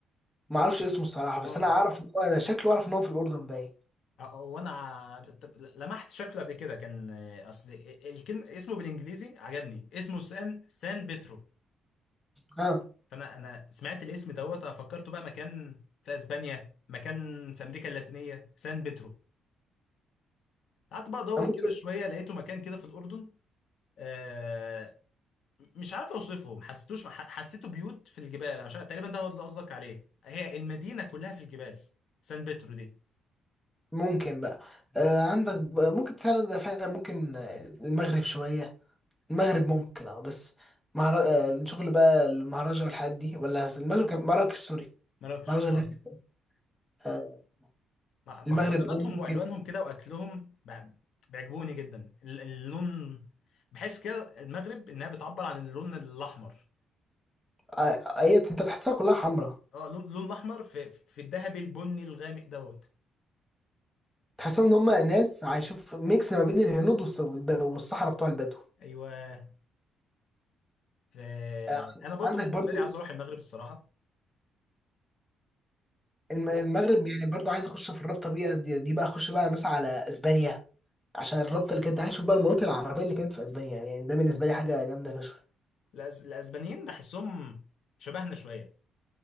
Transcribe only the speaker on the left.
اه
آه، وانا ع- طب لمحت شكله قبل كده كان آه، اصل الكلمه اسمه بالانجليزي عجبني اسمه سان سان بيترو
فانا انا سمعت الاسم دوت آه، فكرته بقى مكان في اسبانيا مكان في امريكا اللاتينيه سان بيترو قعدت بقى ادور
كده شويه لقيته مكان كده في الاردن آه، مش عارف اوصفه ما حسيتوش ح- حسيته بيوت في الجبال أنا مش عارف تقريبا ده هو اللي قصدك عليه هي المدينه كلها في الجبال سان بيترو دي
مراكش
اه
مع- مهرجاناتهم
والوانهم كده واكلهم بع- بيعجبوني جدا ال- اللون بحس كده المغرب انها بتعبر عن اللون الاحمر
اه اللون اللون الاحمر في في الذهبي البني الغامق دوت
ايوه ف-
انا برضو
بالنسبه
لي عاوز اروح المغرب الصراحه
هو
الأز- الاسبانيين بحسهم شبهنا شويه